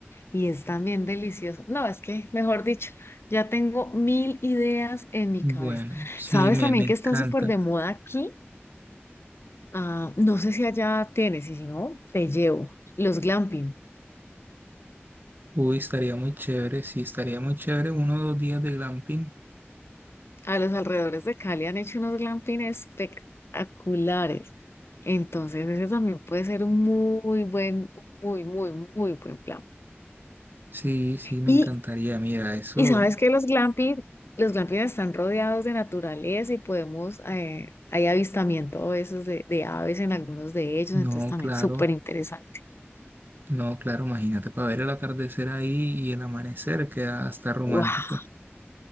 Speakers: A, on the left; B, on the right.
A: y es también delicioso. No, es que, mejor dicho, ya tengo mil ideas en mi
B: Bueno,
A: cabeza.
B: sí,
A: ¿Sabes
B: me,
A: también
B: me
A: que
B: encanta.
A: está súper de moda aquí? Ah, no sé si allá tienes y si no, te llevo. Los glamping.
B: Uy, estaría muy chévere, sí, estaría muy chévere uno o dos días de glamping.
A: A los alrededores de Cali han hecho unos glamping espectaculares. Entonces, ese también puede ser un muy buen, muy, muy, muy buen plan.
B: Sí, sí, me
A: Y
B: encantaría. Mira, eso,
A: Y sabes que los glamping, los glamping están rodeados de naturaleza y podemos, eh, hay avistamiento a veces de, de aves en algunos de ellos,
B: no,
A: entonces también
B: claro,
A: súper interesante.
B: no, claro, imagínate para ver el atardecer ahí y el amanecer queda hasta romántico.
A: ¡Guau!